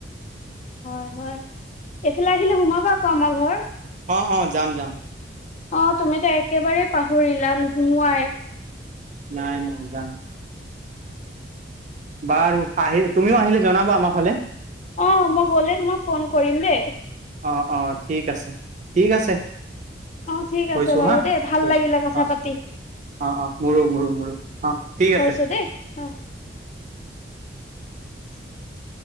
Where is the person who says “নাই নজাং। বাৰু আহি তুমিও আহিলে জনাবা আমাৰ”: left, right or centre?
Right